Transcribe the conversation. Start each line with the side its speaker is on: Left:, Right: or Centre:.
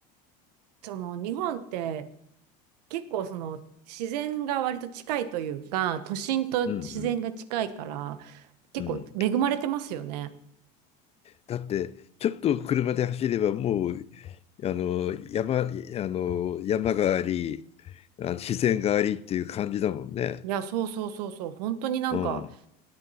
Right: その日本って結構その自然が割と近いというか、都心と自然が近いから、
Left: うん、
Right: 結構恵まれてますよね。
Left: うん。だってちょっと車で走ればもうあの山、あの山がありあの自然がありっていう感じだもんね。
Right: いや、そうそうそうそう。本当になんか、
Left: うん、